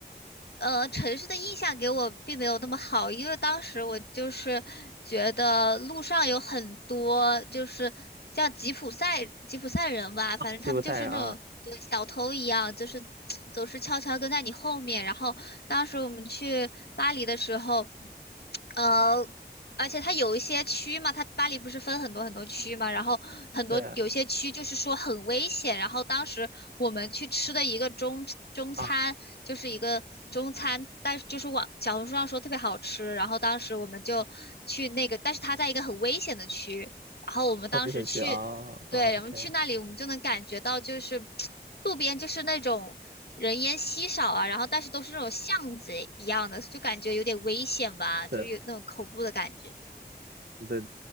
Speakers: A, on the left; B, on the right.
A: 呃，城市的印象给我并没有那么好，因为当时我就是觉得路上有很多就是叫吉普赛吉普赛人吧，反正他们就是那种对小偷一样，
B: 吉普赛人啊，
A: 就是 <tsk> 总是悄悄跟在你后面。然后当时我们去巴黎的时候，呃。而且它有一些区嘛，它巴黎不是分很多很多区嘛，然后很多有些区就是说很危险。
B: 对
A: 然后当时我们去吃的一个中中餐，
B: 啊，
A: 就是一个中餐，但是就是网小红书上说特别好吃。然后当时我们就去那个，但是它在一个很危险的区。然后我们当时去，
B: 后面选区啊，OK，
A: 对，我们去那里，我们就能感觉到就是路边就是那种人烟稀少啊，然后但是都是那种巷子一样的，就感觉有点危险吧，
B: 是，
A: 就是有那种恐怖的感觉。
B: 对